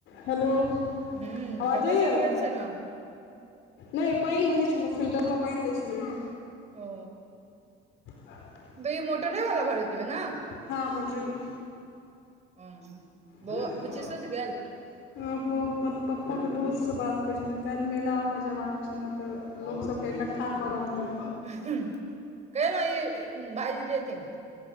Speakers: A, on the left; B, on the right.
A: हेलो
B: हूँ
A: आवाज
B: कत
A: जाइया
B: चलिगेल छलहूँ
A: नहि पानि भरै छलहुँ फिल्टरमे पानि दै छलियै।
B: ओ
A: आ <unintelligible>
B: दुई मोटरे वला भरैत हेबै ना
A: हँ मोटरवला
B: हँ बौआ
A: <unintelligible>
B: बुच्ची सुति गेल
A: ओ अपन पप्पाके दोस्तसँ बात करैत छथिन तैं मेलाके जेयबाक छै ने तऽ लोक सबके इकठ्ठा कऽ रहल हइ।
B: कहिनाहु ई भाइजी जेथिन।